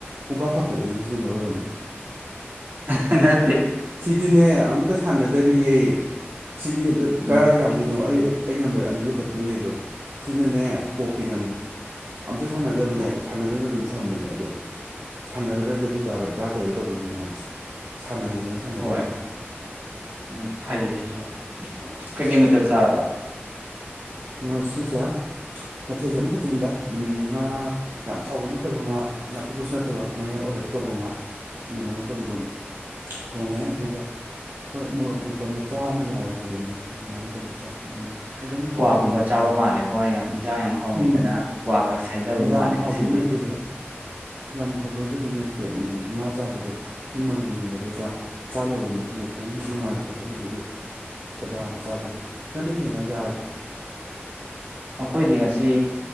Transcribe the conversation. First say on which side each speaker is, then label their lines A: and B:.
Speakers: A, on the right; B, on the right.
A: ꯄꯨꯡ ꯐꯥ ꯐꯥꯒꯠꯂꯤꯦ ꯅꯪ ꯁꯤꯅ ꯃꯔꯣꯏꯜ ꯑꯃ
B: ꯑ
A: ꯁꯤꯗꯤꯅꯦ ꯑꯝꯇ ꯁꯥꯟꯅꯗꯔꯤꯌꯦ ꯁꯤꯗꯤ ꯑꯝꯇ
B: ꯎꯝ
A: ꯀꯗꯥꯥꯏ ꯌꯥꯝꯗꯣꯏꯅꯣ ꯑꯩ ꯑꯩ ꯅꯝꯕꯔ ꯑꯅꯤꯗꯨ ꯈꯛꯇꯨꯅ ꯂꯩꯗꯣ ꯁꯤꯅꯅꯦ ꯄꯣꯞꯀꯤ ꯅꯝꯕꯔ ꯑꯝꯇ ꯁꯥꯟꯅꯗꯕꯅꯦ
B: ꯑꯣ
A: ꯁꯥꯟꯅꯗꯅ ꯑꯗꯨꯝ ꯊꯝꯕꯅꯦ ꯑꯗꯣ ꯁꯥꯟꯅꯗ꯭ꯔꯗꯤ ꯑꯗꯨ ꯇꯥꯕ ꯑꯗꯥ ꯇꯧꯋꯦ ꯇꯧꯕꯗꯨꯅꯦ ꯁꯥꯟꯅꯒꯦꯅ ꯁꯥꯟꯅꯔꯛꯏꯅꯦ
B: ꯍꯣꯏ ꯎꯝ ꯐꯥꯏꯌꯦꯁꯦ ꯁꯤꯁꯨ ꯀꯩꯀꯩ ꯃꯊꯦꯜ ꯁꯥꯔꯕ
A: ꯉꯥ ꯁꯤꯁꯦ ꯃꯊꯦꯜꯁ ꯑꯃꯈꯛꯇꯪꯅꯤꯗ ꯉꯥ ꯌꯥꯝ ꯆꯥꯎꯕ ꯅꯠꯇꯕ ꯉꯥ ꯌꯥꯝ ꯄꯤꯛꯄꯁꯨ ꯅꯠꯇꯕ ꯃꯌꯥꯏ ꯑꯣꯏꯔꯞ ꯇꯧꯕ ꯉꯥ ꯑꯗꯨꯃꯥꯏꯅ ꯇꯧꯕ ꯑꯗꯨꯝ ꯊꯣꯡꯉꯦ ꯑꯗꯨꯒ ꯍꯣꯏ ꯃꯣꯔꯣꯛ ꯃꯩꯄ ꯃꯆꯥ ꯑꯃ ꯌꯥꯎꯋꯦ ꯍꯥꯏꯗꯨꯅꯦ ꯑꯗꯨꯃꯥꯏꯅ ꯇꯧꯔ
B: ꯎꯝ
A: ꯑꯗꯨꯝ ꯍꯥꯎꯕꯗꯤ
B: ꯀ꯭ꯋꯥꯒꯨꯝꯕ
A: ꯍꯥꯎꯋꯦ
B: ꯆꯥꯕ
A: ꯍꯣꯏ
B: ꯃꯥꯜꯂꯦꯀꯣ ꯌꯥꯝ <unintelligible> ꯍꯥꯎꯈꯤꯗꯅ
A: ꯎꯝ
B: ꯀ꯭ꯋꯥꯒ ꯁꯥꯏꯊꯕ
A: ꯌꯥꯝ
B: ꯃꯥꯜꯂꯦ ꯉꯁꯤꯗꯤ
A: ꯍꯥꯎꯕꯩ ꯅꯠꯇꯦꯍꯦ ꯌꯥꯝ ꯍꯧꯕꯣꯏꯕꯗꯤ ꯅꯠꯇꯦ ꯉꯥ ꯆꯥꯕꯗꯣ ꯁꯨꯝ ꯃꯅꯝꯒꯨꯝꯕꯗꯣ ꯀꯌꯥ ꯆꯥ ꯂꯣꯏꯔꯕ ꯃꯇꯨꯡꯗ ꯈꯤꯇꯪ ꯅꯨꯡꯉꯥꯏ ꯐꯗꯕꯗꯨꯒꯤ ꯁꯥꯗꯥ ꯑꯃ ꯆꯥꯕꯅꯤꯗ ꯅꯪꯗꯤ ꯀꯩ ꯌꯦꯇ ꯆꯥꯔꯒꯦ
B: ꯑꯩꯈꯣꯏꯗꯤ ꯉꯁꯤ